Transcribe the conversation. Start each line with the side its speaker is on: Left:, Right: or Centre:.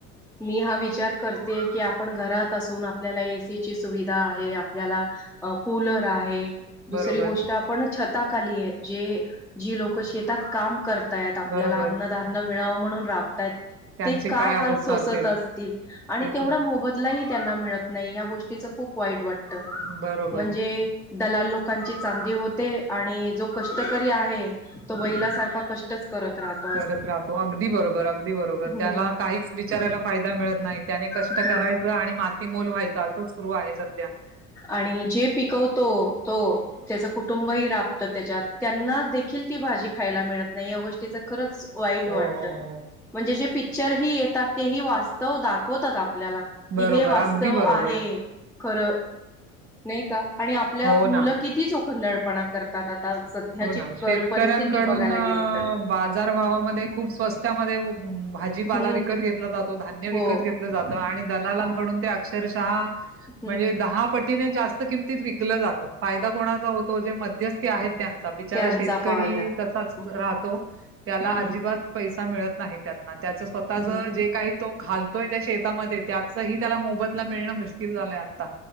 Centre: मी हा विचार करते की, आपण घरात असून आपल्याला एसीची सुविधा आहे, आपल्याला- कूलर आहे, दुसरी
Right: बरोबर,
Centre: गोष्ट आप- पण छता खाली आहे, जे जी लोक शेतात काम करत- तायत, आपल्याला
Right: बरोबर.
Centre: अन्नधान्य मिळावं म्हणून राबतायत,
Right: त्यांची
Centre: ते काय हाल-
Right: अवस्था
Centre: सोसत
Right: असेल
Centre: असतील आणि
Right: तेच
Centre: तेवढा
Right: ना.
Centre: मोबदलाही त्यांना मिळत नाही, या गोष्टीच- खूप वाईट वाटत,
Right: बरोबर.
Centre: म्हणजे- दलाल लोकांची चांदी होते आणि जो कष्टकरी आहे. तो बैलासारखा कष्टच करत राहत
Right: करत राहतो अगदी बरोबर अगदी बरोबर
Centre: हम्म
Right: त्याला काहीच बीचारायला फायदा मिळत नाही. त्याने कष्ट
Centre: हम्म
Right: करायचं आणि माती मोल व्हायचं असंच सुरू आहे सध्या.
Centre: आणि जे पिकवतो तो त्याच कुटुंबही राबत त्याच्यात त्यांनाच दे अख ती भाजी खायला मिळत नाही या गोष्टीच खरंच वाईट
Right: हो,
Centre: वाटत.
Right: हो, हो.
Centre: म्हणजे जे पिक्चर ही येतात ते ही वास्तव दाखवतात आप आपल्याला कि
Right: बरोबर,
Centre: हे वास्तव
Right: अगदी बरोबर.
Centre: आहे खरं नाही का, आणि आपल्या
Right: हो
Centre: मुलं
Right: ना,
Centre: किती चोखंदळपणा करतात आता. सध्याची
Right: हो ना शेतकऱ्यांकडून
Centre: कर परिस्थिती बघायला गेली तर
Right: बाजारभावामध्ये खूप स्वस्त भाजीपाला
Centre: हम्म
Right: विकत घेतला जातो धान्य विकत
Centre: हो
Right: घेतलं जातं आणि दलांलांनकडून
Centre: हो
Right: ते अक्षरशः
Centre: हम्म
Right: म्हणजे दहा पटीने जास्त किमतीत विकलं जातं फायदा कोणाचा हो तो जे मध्यस्थी आहेत त्यांचा बिचारा
Centre: त्यांचा
Right: शेतकरी
Centre: फायदा
Right: तसाच
Centre: हम्म
Right: राहतो. त्याला
Centre: हम्म
Right: अजिबात पैसा मिळत नाही त्यातना त्याच स्वतःच
Centre: हम्म
Right: जे काही तो घाल तोय त्याच्या शेतामध्ये त्याच ह त्याला मोबदला मिळणं मुश्किल झालंय आता.